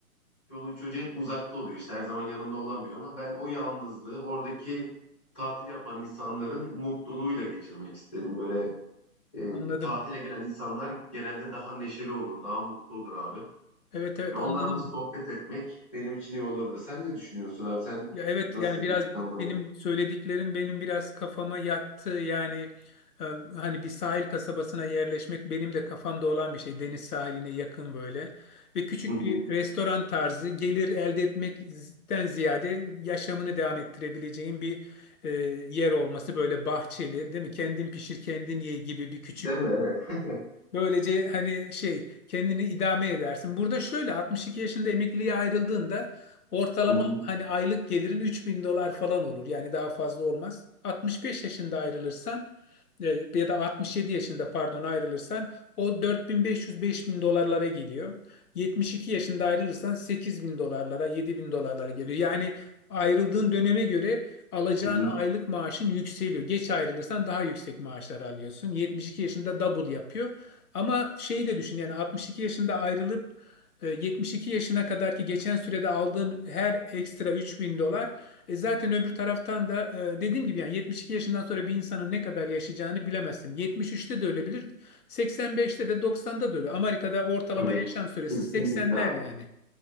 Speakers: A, in the centre; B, on the left.
A: çoluğu çocuğu hep uzakta oluyor. İşte her zaman yanında olamıyor ama ben o yalnızlığı oradaki tatil yapan insanların mutluluğuyla geçirmek isterim. Böyle e,
B: Anladım.
A: tatile gelen insanlar genelde daha neşeli olur, daha mutlu olur abi.
B: Evet evet
A: Böyle onlarla
B: anladım.
A: sohbet etmek benim için iyi olurdu. Sen ne düşünüyorsun abi? Sen
B: Ya evet
A: nasıl
B: yani biraz
A: bir planlama?
B: benim söylediklerim benim biraz kafama yattı. Yani e, hani bir sahil kasabasına yerleşmek benim de kafamda olan bir şey. Deniz sahiline yakın böyle. Ve küçük
A: Hı hı.
B: bir restoran tarzı gelir elde etmekten ziyade yaşamını devam ettirebileceğin bir e, yer olması böyle bahçeli değil mi? Kendin pişir kendin ye gibi bir küçük
A: Değil mi? Evet.
B: Böylece hani şey kendini idame edersin. Burada şöyle 62 yaşında emekliliğe ayrıldığında ortalama
A: Hı hı.
B: hani aylık gelirin 3000 dolar falan olur. Yani daha fazla olmaz. 65 yaşında ayrılırsan e, ya da 67 yaşında pardon ayrılırsan o 4500-5000 dolarlara geliyor. 72 yaşında ayrılırsan 8000 dolarlara, 7000 dolarlara geliyor. Yani ayrıldığın döneme göre alacağın
A: Hı hı.
B: aylık maaşın yükseliyor. Geç ayrılırsan daha yüksek maaşlar alıyorsun. 72 yaşında double yapıyor. Ama şeyi de düşün yani 62 yaşında ayrılıp e, 72 yaşına kadar ki geçen sürede aldığın her ekstra 3000 dolar e zaten öbür taraftan da e, dediğim gibi yani 72 yaşından sonra bir insanın ne kadar yaşayacağını bilemezsin. 73'te de ölebilir, 85'te de 90'da da ölebilir. Amerika'da ortalama
A: Evet.
B: yaşam süresi
A: Kesinlikle
B: 80'ler
A: abi.
B: yani.